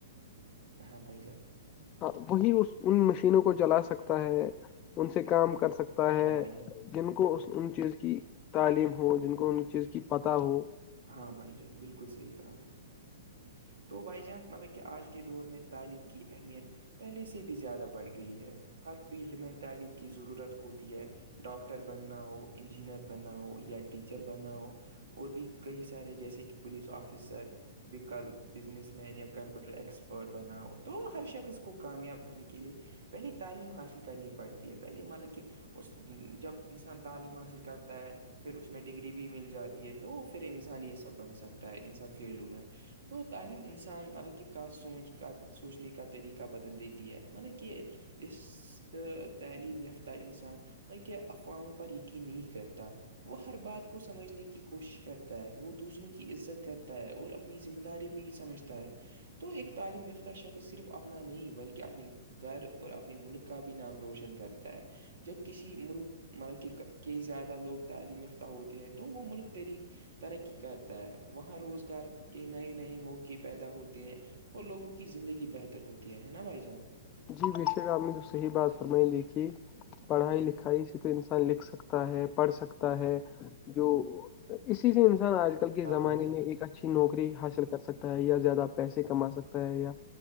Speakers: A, on the right; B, on the left.
A: ہاں بھائی جان
B: ہاں وہی اس ان مشینوں کو جلا سکتا ہے ان سے کام کر سک سکتا
A: ہاں
B: ہے
A: بھائی
B: جن کو ان چیز کی تعلیم ہو جن کو ان چیز کی پتہ ہو
A: ہاں بھائی جان بالکل صحیح کہا آپ نے تو بائی چانس مطلب کہ آج کے دور میں تعلیم کی اہمیت پہلے سے بھی زیادہ بڑھ گئی ہے ہر فیلڈ میں تعلیم کی ضرورت ہوتی ہے ڈاکٹر بننا ہو انجینئر بننا ہو یا ٹیچر بننا ہو اور بھی کئی سارے جیسے کہ پولیس آفیسر ویکل بزنس مین یا کمپیوٹر ایکسپرٹ بناؤ تو ہر شخص کو کامیاب ہونے کے لئے پہلے تعلیم حاصل کرنی پڑتی ہے پہلے مطلب کہ اس جب انسان تعلیم حاصل کرتا ہے پھر اس میں ڈگری بھی مل جاتی ہے تو پھر پھر انسان یہ سب بن سکتا ہے ان سب فیلڈوں میں تو تعلیم انسان مطلب کہ کا سوچ کا سوچنے کا طریقہ بدل دیتی ہے مطلب کہ اس تو تعلیم یافتہ انسان کہہ افواہوں پر یقین نہیں کرتا وہ ہر بات کو سمجھنے کی کوشش کرتا ہے وہ دوسروں کی عزت کرتا ہے اور اپنی ذمہ داری بھی سمجھتا ہے تو ایک تعلیم یافتہ شخص صرف اپنا نہیں بلکہ اپنی گھر اور اپنے ملک کا بھی نام روشن کرتا ہے جب کسی ملک مطلب کہ ک زیادہ لوگ تعلیم یافتہ ہوتے ہیں تو وہ ملک طری ترقی کرتا ہے وہاں روزگار کے نئے نئے موقع پیدا ہوتے ہیں اور لوگوں کی زندگی بہتر ہوتی ہے نا بھائی جان
B: جی وشک آ نے تو صحی بات فرمائی دیھی کہ پڑھائی لکھائی سے تو انسان لکھ سکتا ہے پڑھ سکتا ہے جو اسی سے انسان آج کل کے
A: ہاں
B: زمانے
A: بھائی جان
B: میں ایک اچھا اچھی نوکری حاصل کر سکتا ہے یا زیادہ پیسے کما سکتا ہے یا